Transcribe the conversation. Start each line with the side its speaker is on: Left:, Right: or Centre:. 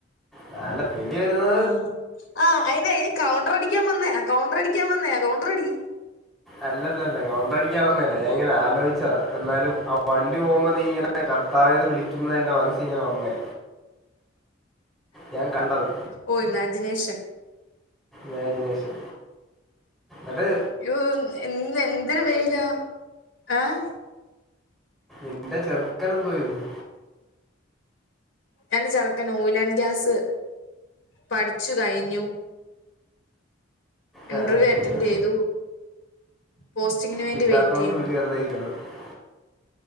Centre: നല്ല ങ്കി വരുന്ന
Left: ആന്ന് ആഹ് അയിന് അയിന് കൗണ്ടർ അടിക്കാൻ വന്നേയ്കൗണ്ടർ അടിക്കാൻ വന്നേയ്കൗണ്ടറടി
Centre: അല്ലല്ലല്ല കൗണ്ടർ അടിക്കാൻ വന്നല്ല ഞാൻ ഇങ്ങനെ ആലോയിച്ച എന്നാലും വണ്ടി പോകുമ്പോ നീ ഇങ്ങനെ കർത്താവേന്ന് വിളിക്കുന്നതാ എന്റെ മനസ്സിലിങ്ങനെ വന്നേ. ഞാൻ കണ്ടത്.
Left: ഓഹ് ഇമാജിനേഷൻ.
Centre: വാല്യുവേഷൻ എന്നട്ട്
Left: അയ്യോ എ ഇന്ന് എന്തിരു വെയിലാ ഏഹ്
Centre: എന്റെ ചെറുക്കൻ എന്തു ചെയ്യുന്നു?
Left: എന്റെ ചെറുക്കൻ ഊലൻ ഗ്യാസ് പഠിച്ചു കഴിഞ്ഞു. ഇന്റർവ്യൂ
Centre: ആ, എന്നിട്ട്
Left: അറ്റൻഡ് ചെയ്തു. പോസ്റ്റിങ്ങിന് വേണ്ടി
Centre: കിട്ടാത്തോണ്ട്
Left: വെയിറ്റ് ചെയ്യുന്നു.
Centre: <unintelligible>